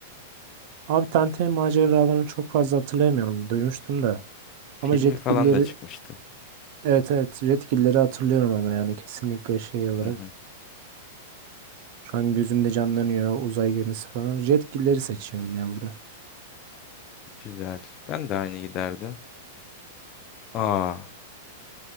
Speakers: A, on the right; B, on the left.
A: Abi Tenten maceralarını çok fazla hatırlayamıyorum. Duymuştum da.
B: Filmi
A: Ama Jetgiller'i
B: falan da çıkmıştı.
A: evet evet Jetgiller'i hatırlıyorum ama yani kesinlikle şey olarak.
B: Hı hı.
A: Şu an gözümde canlanıyor uzay gemisi falan. Jetgiller'i seçiyorum ya burada.
B: Güzel. Ben de aynı giderdim. Aa,